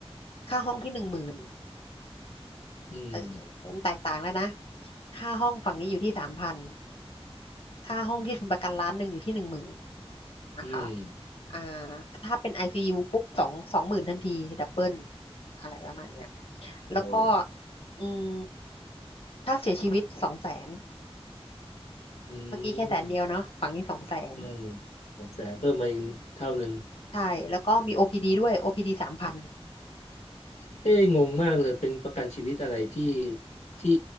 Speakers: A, on the left; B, on the left.
A: ค่าห้องที่หนึ่งหมื่น
B: อืม
A: เออมันแตกต่างแล้วนะค่าห้องฝั่งนี้อยู่ที่สามพันค่าห้องที่ทุนประกันล้านหนึ่งอยู่ที่หนึ่งหมื่น นะคะ
B: อืม
A: อ่าถ้าเป็น ICU ปุ๊บสองสองหมื่นทันที ดับเบิลอะไรประมาณเนี้ยแล้วก็
B: โอ้
A: อืมถ้าเสียชีวิตสองแสน
B: อื
A: เมื่อกี้แค่แสนเดียวเนาะฝั่งนี้สองแสน
B: มอืมสองแสนเพิ่มมาอีกเท่าหนึ่ง
A: ใช่แล้วก็มี OPD ดด้วย OPD สามพัน
B: เอ้ยงงมากเลยเป็นประกันชีวิตอะไรที่ที่